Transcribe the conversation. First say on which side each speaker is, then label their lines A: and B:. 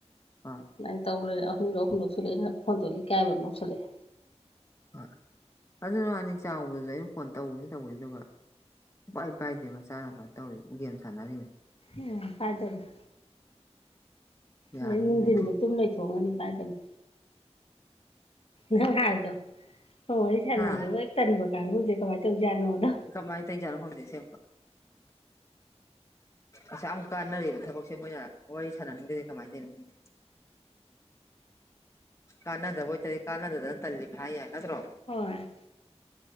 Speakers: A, on the left; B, on the left.
A: ꯑꯥ
B: ꯑꯃꯥꯏ ꯇꯧꯔ ꯑꯅꯤꯔꯛ ꯑꯍꯨꯝꯂꯛ ꯁꯨꯔꯦ ꯑꯩꯅ ꯐꯣꯟ ꯇꯧꯕ ꯏꯀꯥꯏꯕ ꯑꯃ ꯌꯥꯎꯁꯟꯂꯛꯑꯦ
A: ꯍꯣꯏ ꯑꯗꯨꯅꯦ ꯃꯥꯅꯤ ꯆꯥꯎꯕꯗꯨ ꯑꯩꯅ ꯐꯣꯟ ꯇꯧꯕꯁꯤ ꯇꯧꯕꯁꯤ ꯑꯗꯨꯒ ꯁꯨꯡꯄꯥꯏ ꯄꯥꯏꯗꯦ ꯃꯆꯥꯅꯨꯄꯥ ꯇꯧꯔꯤ ꯒꯦꯝ ꯁꯥꯟꯅꯔꯤ
B: ꯎꯝ ꯄꯥꯏꯗꯕꯅꯦ
A: ꯌꯥꯜꯂꯅꯤ
B: ꯑꯗꯩ ꯅꯨꯡꯊꯤꯟꯁꯨ ꯇꯨꯝ ꯂꯩꯊꯣꯛꯑꯝꯒꯅꯤ ꯄꯥꯏꯗꯕꯅꯦ ꯅꯪ ꯍꯥꯏꯕꯗꯣ ꯐꯣꯟ ꯋꯥꯔꯤ ꯁꯥꯟꯅꯕꯕꯧ
A: ꯍꯥ
B: ꯍꯦꯛ ꯇꯟꯕ ꯀꯥꯡꯒꯨꯁꯦ ꯀꯃꯥꯏ ꯇꯧꯏꯖꯥꯠꯅꯣ ꯑꯗꯣ
A: ꯀꯃꯥꯏ ꯇꯧꯏꯖꯤꯠꯅꯣ ꯈꯪꯗꯦ ꯑꯁꯦꯡꯕ ꯑꯁꯌꯥꯝ ꯀꯥꯟꯅꯔꯤꯕ ꯊꯕꯛꯁꯦ ꯃꯣꯏꯅ ꯋꯥꯔꯤ ꯁꯥꯟꯅꯅꯤꯡꯗ꯭ꯔꯤꯁꯦ ꯀꯃꯥꯏꯅ ꯇꯧꯏꯅꯣ ꯈꯪꯗꯦ ꯀꯥꯟꯅꯗꯕ ꯑꯣꯏꯇꯥꯗꯤ ꯀꯥꯟꯅꯗꯗꯅ ꯇꯜꯂꯤꯕ ꯍꯥꯏ ꯌꯥꯏ ꯅꯠꯇ꯭ꯔꯣ
B: ꯍꯣꯏ